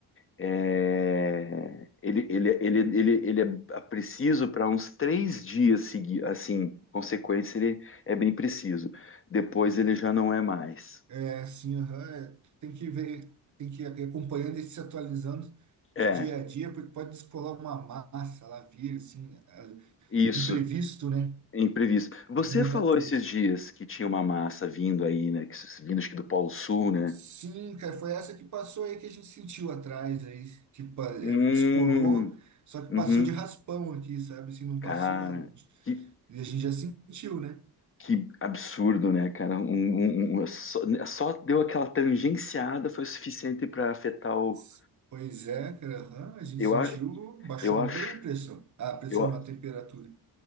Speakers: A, on the left (about 35°); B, on the right (about 45°).
A: É, ele, ele, ele, ele, ele é preciso para uns três dias seguir, assim, consequência, ele é bem preciso. Depois ele já não é mais.
B: É, assim, aham, é, tem que ver, tem que ir acompanhando e se atualizando
A: É,
B: de dia a dia, porque pode descolar uma massa lá vir, assim, a-
A: isso,
B: imprevisto, né?
A: imprevisto. Você
B: E mudar
A: falou
B: tudo.
A: esses dias que tinha uma massa vindo aí, né? que se- vindo acho que do Polo Sul, né?
B: Sim, cara, foi essa que passou aí que a gente sentiu atrás, aí, que pa- é,
A: Hum,
B: descolou, só que
A: uhum.
B: passou de raspão aqui, sabe? Assim, não
A: cara,
B: passou, de-
A: que,
B: e a gente já sentiu, né?
A: que absurdo, né, cara? Um, um- um- um, só, só deu aquela tangenciada foi o suficiente para afetar o.
B: S- Pois é, cara, aham, a gente
A: Eu
B: sentiu,
A: acho.
B: baixou
A: Eu acho,
B: bem a pressão, a pressão
A: eu, a-
B: na temperatura.